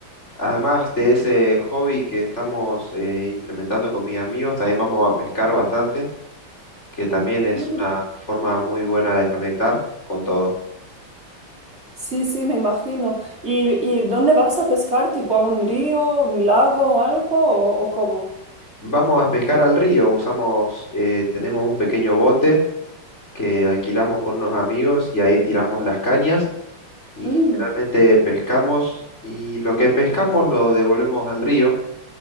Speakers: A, on the left (about 35°); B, on the right (about 30°).
A: Además de ese hobby que estamos eh, implementando con mis amigos, también vamos a pescar bastante, que también es
B: Mm,
A: una forma muy buena de desconectar con todo.
B: Sí, sí, me imagino. ¿Y, y dónde vas a pescar? ¿Tipo a un río, un lago o algo? ¿O, o cómo?
A: Vamos a pescar al río, usamos, eh, tenemos un pequeño bote que alquilamos con unos amigos y ahí tiramos las cañas y
B: Mm,
A: generalmente pescamos y lo que pescamos lo devolvemos al río,